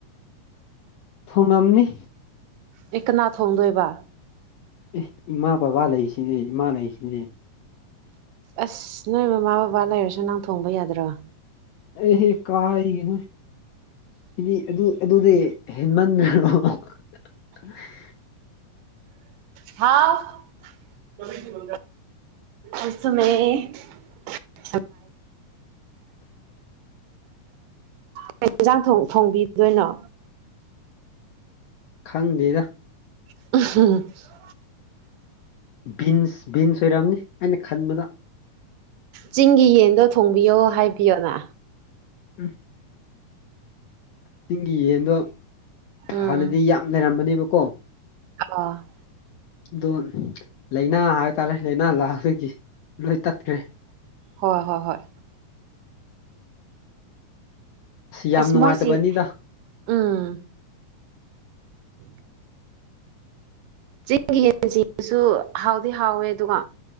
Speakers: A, on the left; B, on the right.
A: ꯊꯣꯡꯉꯝꯅꯤ
B: ꯑꯩ ꯀꯅꯥ ꯊꯣꯡꯗꯣꯏꯕ
A: ꯑꯦ ꯏꯃꯥ ꯕꯕꯥ ꯂꯩꯁꯤꯗꯤ ꯏꯃꯥ ꯂꯩꯔꯤꯁꯤꯅꯦ
B: ꯑꯁ ꯅꯣꯏ ꯃꯃꯥ ꯕꯕꯥ ꯂꯩꯔꯁꯨ ꯅꯪ ꯊꯣꯡꯕ ꯌꯥꯗ꯭ꯔꯣ
A: ꯑꯩꯍꯦ ꯀꯥꯏꯒꯤꯅꯣꯗꯤ ꯍꯥꯏꯗꯤ ꯑꯗꯨ ꯑꯗꯨꯗꯤ ꯍꯦꯟꯃꯟꯗꯔꯣ <unintelligible>
B: ꯍꯥꯎ <unintelligible> <unintelligible> <unintelligible> ꯀꯩ ꯏꯟꯁꯥꯡ ꯊꯣꯡ ꯊꯣꯡꯕꯤꯗꯣꯏꯅꯣ
A: ꯈꯪꯗꯦꯗ
B: <inaudible>
A: ꯕꯤꯟꯁ ꯕꯤꯟꯁ ꯑꯣꯏꯔꯝꯅꯤ ꯑꯩꯅ ꯈꯟꯕꯗ
B: ꯆꯤꯡꯒꯤ ꯌꯦꯟꯗꯣ ꯊꯣꯡꯕꯤꯌꯣ ꯍꯥꯏꯕꯤꯌꯣꯅ
A: ꯎꯝ ꯆꯤꯡꯒꯤ ꯌꯦꯟꯗꯣ
B: ꯎꯝ
A: ꯍꯥꯟꯅꯗꯤ ꯌꯥꯝ ꯂꯩꯔꯝꯕꯅꯦꯕꯀꯣ
B: ꯑ
A: ꯑꯗꯨ ꯂꯥꯏꯅꯥ ꯍꯥꯏꯕ ꯇꯥꯔꯦ ꯂꯥꯏꯅꯥ ꯂꯥꯛꯑꯗꯒꯤ ꯂꯣꯏꯅ ꯇꯠꯈ꯭ꯔꯦ
B: ꯍꯣ ꯍꯣꯏ ꯍꯣꯏ
A: ꯌꯥꯝ
B: ꯑꯁ
A: ꯅꯨꯡꯉꯥꯏꯇꯕꯅꯤꯗ
B: ꯃꯣꯏꯁꯤ ꯎꯝ <unintelligible> ꯆꯤꯡꯒꯤ ꯌꯦꯟ ꯁꯤꯡꯁꯨ ꯍꯥꯎꯗꯤ ꯍꯥꯎꯋꯦ ꯑꯗꯨꯒ